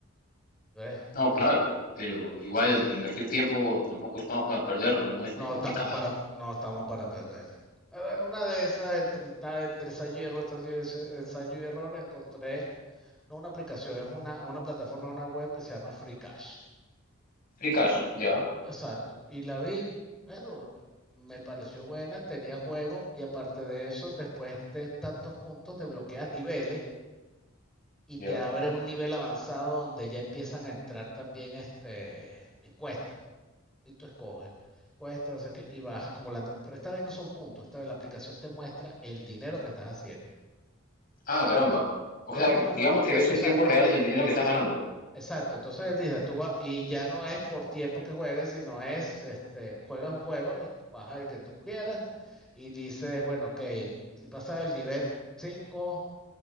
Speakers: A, in the centre; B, on the left (about 40°).
A: ¿Ves?
B: no,
A: Que,
B: claro, pero
A: eh,
B: igual
A: el-
B: invertir tiempo tampoco estamos para perderlo, ¿no? Es,
A: no
B: es complicado.
A: estamos para, no estamos para perderlo. Pero en una de esas, entre, ta- entre ensayo y error, ensayo y- ensayo y error, encontré no una aplicación, es una, una plataforma, una web que se llama Free Cash.
B: Free cash, ya,
A: Exacto. Y la vi, bueno, me pareció buena, tenía juego y aparte de eso, después de tantos puntos, desbloqueas niveles y
B: ya.
A: te abre un nivel avanzado donde ya empiezan a entrar también este, encuestas. Y tú escoges cuesta, no sé qué, y vas acumulando. Pero esta vez no son puntos, esta vez la aplicación te muestra el dinero que estás haciendo.
B: Ah, caramba.
A: Entonces,
B: O sea,
A: ¿qué
B: que
A: pasa?
B: digamos que ves en
A: O sea,
B: tiempo real el dinero que estás ganando.
A: Exacto, entonces dices, tú vas, y ya no es por tiempo que juegues, sino es, este, juegas un juego, baja el que tú quieras, y dices, bueno, ok, si pasas el nivel 5,